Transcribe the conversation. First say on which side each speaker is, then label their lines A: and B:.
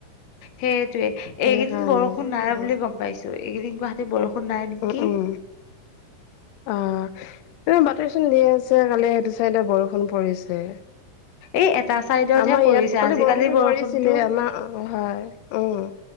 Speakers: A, on the left (about 65°); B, on the left (about 85°).
A: সেইটোৱে
B: সেইকাৰণে
A: এইকেইদিন বৰষুণ নাই
B: অ',
A: বুলি গম পাইছো। এইকেইদিন গুৱাহাটীত বৰষুণ নাই নেকি?
B: উম, উম, অ' এ বাতৰি চোন দি আছে কালি সেইটো চাইডে বৰষুণ পৰিছে।
A: এই এটা চাইডতহে
B: আমাৰ ইয়াত
A: পৰিছে
B: <unintelligible>
A: আজিকালি
B: বৰষুণটো
A: বৰষুণতো
B: ধৰিছিলে আমাৰ, অ' হয়। উম।